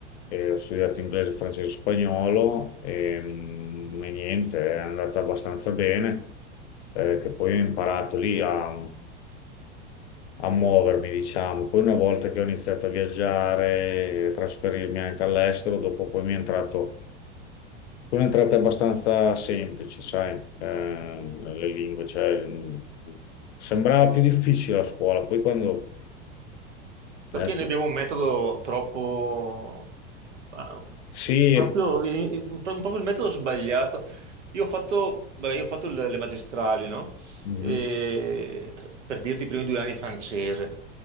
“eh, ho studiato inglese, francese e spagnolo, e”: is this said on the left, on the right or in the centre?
Left